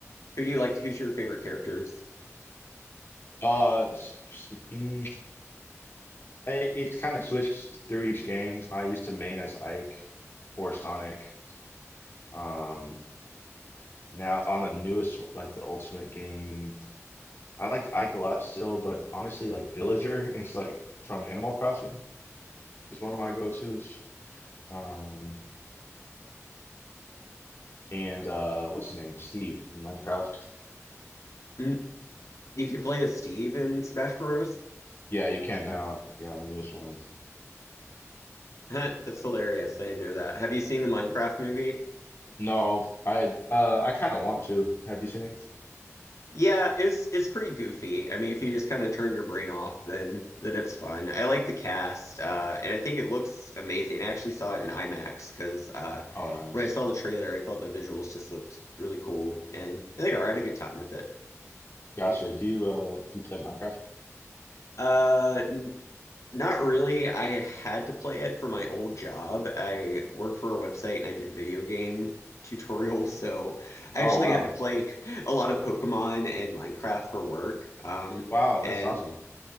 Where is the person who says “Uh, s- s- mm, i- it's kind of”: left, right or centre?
Left